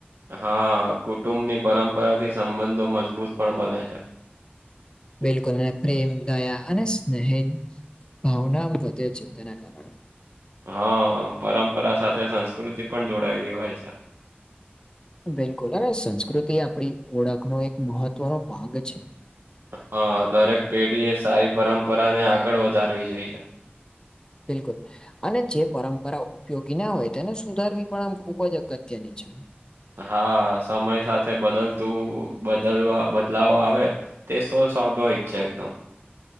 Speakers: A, on the right; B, on the left.
A: હા, કુટુંબ ની પરંપરાથી સંબંધો મજબૂત પણ બને છે.
B: બિલકુલ અને પ્રેમ દયા અને સ્નેહ ભાવના વધે છે તેના કારણે.
A: હા પરંપરા સાથે સંસ્કૃતિ પણ જોડાયેલી હોય છે.
B: બિલકુલ અને સંસ્કૃતિ આપણી ઓળખનો એક મહત્વનો ભાગ છે.
A: હા દરેક પેઢી એ સારી પરંપરાને આગળ વધારવી જોઈએ.
B: બિલકુલ અને જે પરંપરા ઉપયોગી ના હોય તેને સુધારવી પણ આમ ખુબ જ અગત્યની છે.
A: હા સમય સાથે બદલતું બદલવા બદલાવ આવે તે સૌ સ્વાભાવિક છે એકદમ.